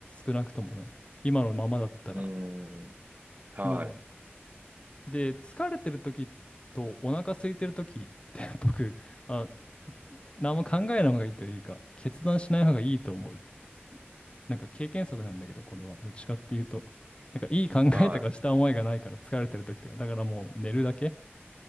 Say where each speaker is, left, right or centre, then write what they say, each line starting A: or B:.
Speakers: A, on the left; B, on the right.
A: 少なくともね。今のままだったら。
B: うん。はい、
A: もう、で、疲れてる時とお腹空いてる時って <laughs> 僕、あ、何も考えない方がいいというか、決断しない方がいいと思う。なんか経験則なんだけど、これは。どっちかっていうと。なんかいい考えとかした思いがないから疲れてる時とか、
B: は
A: だからもう寝るだけ。